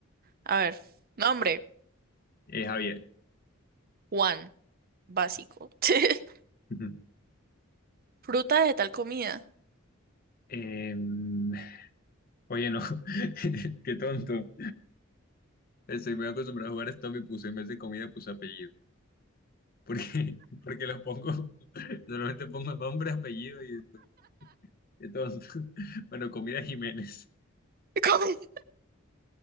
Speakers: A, on the right (about 45°); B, on the left (about 45°).
A: A ver. Nombre.
B: Eh, Javier.
A: Juan. Básico. <laughs>
B: Ujú.
A: Fruta de tal comida.
B: Em, oye, no, <laughs> qué tonto. Estoy muy acostumbrado a jugar stop y puse en vez de comida, puse apellido. <laughs> Porque, porque lo pongo, <laughs> normalmente pongo nombre, apellido y después, qué tonto. <laughs> Bueno, comida Jiménez.
A: Come-